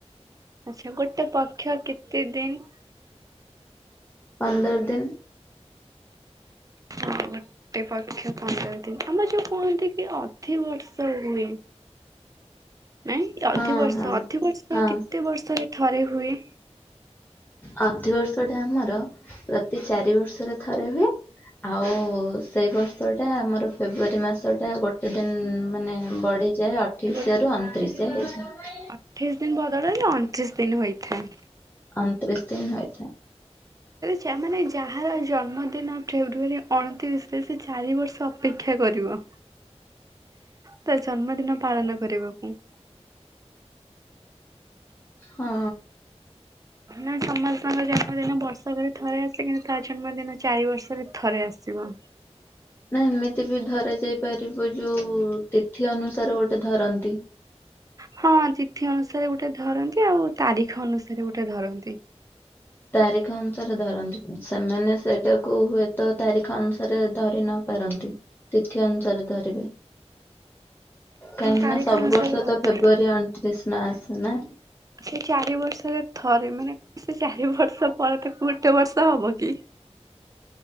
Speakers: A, on the right; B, on the left.
A: ଆଚ୍ଛା ଗୋଟେ ପକ୍ଷ କେତେ ଦିନି?
B: ପନ୍ଦର ଦିନି।
A: ହଁ ଗୋଟେ ପକ୍ଷ ପନ୍ଦର ଆମର ଯୋଉ କୁହନ୍ତି କି ଅଧି ବର୍ଷ ହୁଏ? ନାଇଁ ଅଧି
B: ହଁ
A: ବର୍ଷ
B: ହଁ
A: ଅଧି ବର୍ଷ
B: ହଁ
A: କେତେ ବର୍ଷରେ ଥରେ ହୁଏ?
B: ଅଧି ବର୍ଷ ଟା ଆମର ପ୍ରତି ଚାରି ବର୍ଷରେ ଥରେ ହୁଏ। ଆଉ ସେଇ ବର୍ଷଟା ଆମର ଫେବୃଆରୀ ମାସଟା ଗୋଟେ ଦିନ ମାନେ ବଢିଯାଏ ଅଠେଶିଆରୁ
A: ଗୋ
B: ଅଣତିରିଶି ହେଇଯାଏ।
A: ଅଠେଇଶି ଦିନ ବଦଳ ନା ଅଣତିରିଶି ଦିନ ହୋଇଥାଏ।
B: ଅଣତିରିଶି ଦିନ ହୋଇଥାଏ।
A: ଯା ମାନେ ଯାହାର ଜନ୍ମଦିନ ଫେବୃଆରୀ ଅଣତିରିଶରେ ସେ ଚାରି ବର୍ଷ ଅପେକ୍ଷା କରିବ। ତା ଜନ୍ମଦିନ ପାଳନ କରିବାକୁ।
B: ହଁ।
A: ନା ସମସ୍ତଙ୍କ ଜନ୍ମଦିନ ବର୍ଷରେ ଥରେ ଆସେ କିନ୍ତୁ ତା ଜନ୍ମଦିନ ଚାରି ବର୍ଷରେ ଥରେ ଆସିବ।
B: ନା ଏମିତି ବି ଧରାଯାଇ ପାରିବ ଯୋଉ ତିଥି ଅନୁସାରେ ଗୋଟେ ଧରନ୍ତି।
A: ହଁ ତିଥି ଅନୁସାରେ ଗୋଟେ ଧରନ୍ତି ଆଉ ତାରିଖ ଅନୁସାରେ ଗୋଟେ ଧରନ୍ତି।
B: ତାରିଖ ଅନୁସାରେ ଧରନ୍ତି ସେମାନେ ସେଟାକୁ ହୁଏତ ତାରିଖ ଅନୁସାରେ ଧରିନ ପାରନ୍ତି ତିଥି ଅନୁସାରେ ଧରିବେ। କାହିଁକି
A: ତାରିଖ
B: ନା ସବୁ
A: ଅନୁସାରେ
B: ବର୍ଷ
A: ଧରନ୍ତି।
B: ତ ଫେବୁଆରୀ ଅଣତିରିଶ ନ ଆସେ ନା
A: ସେ ଚାରି ବର୍ଷରେ ଥରେ ମାନେ ସେ ଚାରି ବର୍ଷ ପରେ ତ ଗୋଟେ ବର୍ଷ ହବ କି?